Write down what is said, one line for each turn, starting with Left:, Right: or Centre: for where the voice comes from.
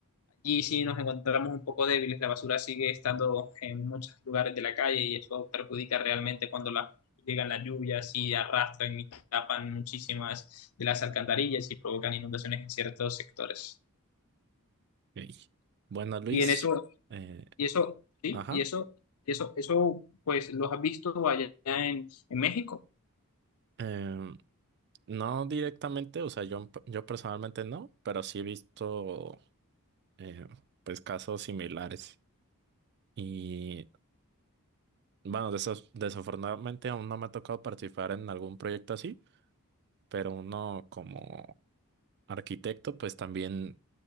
Left: allí sí nos encontramos un poco débiles, la basura sigue estando en muchos lugares de la calle y eso perjudica realmente cuando la, llegan las lluvias y arrastran y tapan muchísimas de las alcantarillas y provocan inundaciones en ciertos sectores.
Right: Ok. Bueno, Luis,
Left: Y en eso,
Right: eh,
Left: y eso, sí,
Right: ajá,
Left: y eso, eso, eso, pues los has visto allá en, en México.
Right: em, no directamente, o sea, yo, yo personalmente no, pero sí he visto eh, pues casos similares y bueno, desaf- desafortunadamente aún no me ha tocado participar en algún proyecto así pero uno como arquitecto, pues también